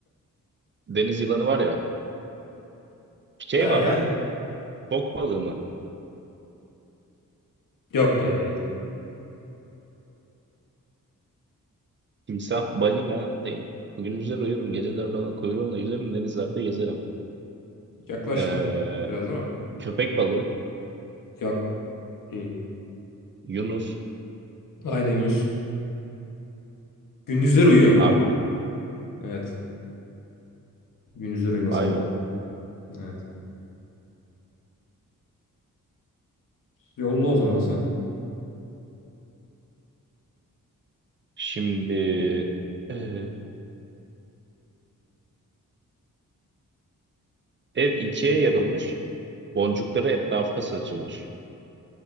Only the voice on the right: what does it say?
Deniz yılanı var ya. Şey
var
lan. Fok balığı mı?
Timsah, balina değil. Gündüzleri uyurum, geceler alan kuyruğumla yüzerim, denizlerde gezerim.
Eee,
köpek balığı,
yunus.
Harbi mi?
Vay
be.
Şimdi eee, ev ikiye yarılmış. Boncukları etrafa saçılmış.